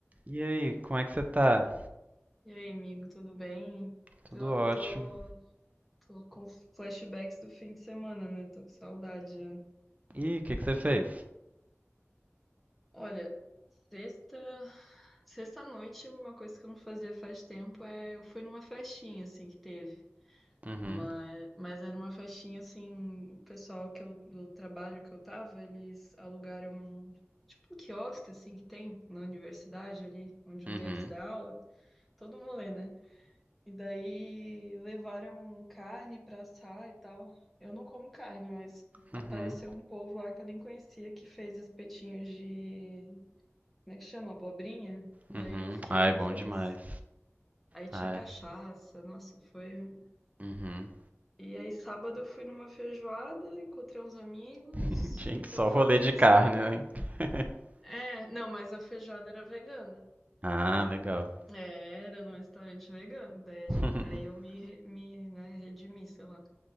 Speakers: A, on the right (about 30°); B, in the centre.
A: E aí, como é que você tá?
B: E aí, amigo, tudo bem?
A: Tudo
B: Tô,
A: ótimo.
B: tô, tô com flashbacks do fim de semana, né? Tô com saudade. já.
A: Ih, o que que você fez?
B: Olha, sexta, sexta noite, uma coisa que eu não fazia faz tempo é eu fui numa festinha assim que teve.
A: Uhum,
B: Mas, mas era uma festinha assim, o pessoal que eu, do trabalho que eu tava, eles alugaram um, tipo um quiosque assim que tem na universidade ali, onde
A: uhum,
B: um deles dá aula. Todo um rolê, né? E daí levaram carne pra assar e tal. Eu não como carne, mas
A: uhum,
B: apareceu um povo lá que eu nem conhecia que fez espetinhos de. Como é que chama? Abobrinha? Daí
A: uhum.
B: eu fiquei
A: Ai,
B: tão
A: bom
B: feliz.
A: demais.
B: Aí tinha
A: Ai,
B: cachaça, nossa, foi. um
A: uhum.
B: E aí sábado eu fui numa feijoada, encontrei uns amigos.
A: <laughs> Gente,
B: Então
A: só
B: foi
A: rolê
B: um fim
A: de carne,
B: de semana.
A: né? <laughs>
B: É, não, mas a feijoada era vegana.
A: Ah, legal.
B: É, era num restaurante vegano. Daí, a
A: <laughs>
B: gente, daí eu me, re- me, né, redimi, sei lá.